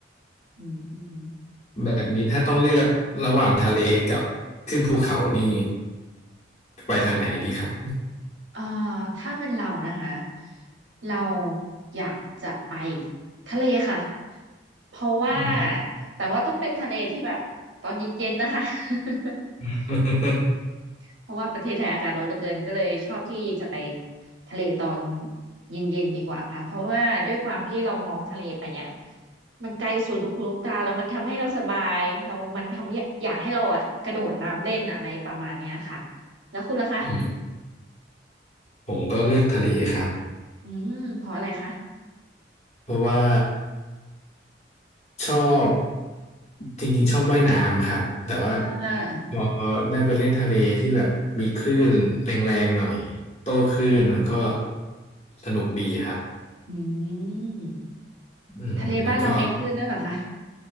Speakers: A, on the right (about 80°); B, on the left (about 35°).
A: อืมอืม
B: แบบนี้ถ้าต้องเลือกระหว่างทะเลกับขึ้นภูเขานี่ไปทางไหนดีครับ
A: เอ่อถ้าเป็นเรานะคะเราอยากจะไปทะเลค่ะเพราะว่า
B: อืม
A: แต่ว่าต้องเป็นทะเลที่แบบตอนเย็นๆนะคะ <laughs>
B: <laughs>
A: เพราะว่าประเทศไทยอากาศร้อนเหลือเกินก็เลยชอบที่จะไปทะเลตอนเย็นๆดีกว่าค่ะเพราะว่าด้วยความที่เรามองทะเลไปเนี่ยมันไกลสุดลูกหูลูกตาแล้วมันทำให้เราสบายเรามันทำให้อยากให้เราอะกระโดดน้ำเล่นอะไรประมาณเนี้ยค่ะแล้วคุณล่ะคะ
B: อืมผมก็เลือกทะเลครับ
A: อืมเพราะอะไรคะ
B: เพราะว่า ชอบจริงๆชอบว่ายน้ำครับแต่ว่า
A: อ่า
B: พอได้ไปเล่นทะเลที่แบบมีคลื่นแรงๆหน่อยโต้คลื่นมันก็สนุกดีครับ
A: อืม
B: อืมแล้วก็
A: ทะเลบ้านเรามีคลื่นด้วยเหรอคะ